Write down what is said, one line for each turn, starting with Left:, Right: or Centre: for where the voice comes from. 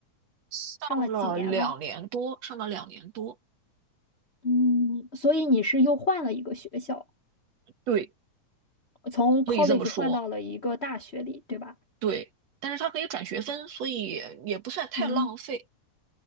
Right: 上了两年多，
Left: 上了几年了？
Right: 上了两年多，
Left: 嗯，所以你是又换了一个学校，
Right: 对，
Left: 从
Right: 可以这么说，
Left: college 换到了一个大学里，对吧？
Right: 对。但是它可以转学分，所以也不算太浪费。
Left: 嗯，